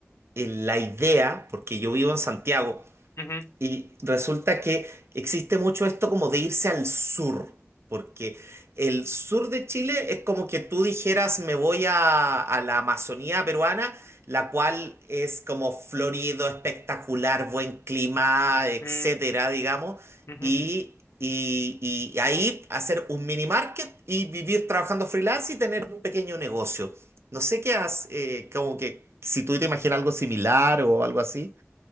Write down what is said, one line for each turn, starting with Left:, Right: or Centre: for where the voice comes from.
Right: eh, la idea, porque yo vivo en Santiago,
Left: Ujú,
Right: y resulta que existe mucho esto como de irse al sur, porque el sur de Chile es como que tú dijeras me voy a, a la Amazonía peruana, la cual es como florido, espectacular, buen clima, etcétera,
Left: mm,
Right: digamos,
Left: ujú.
Right: y, y, y ahí hacer un mini market y vivir trabajando freelance y tener un pequeño negocio. No sé qué haces, como que si tú te imaginas algo similar o algo así.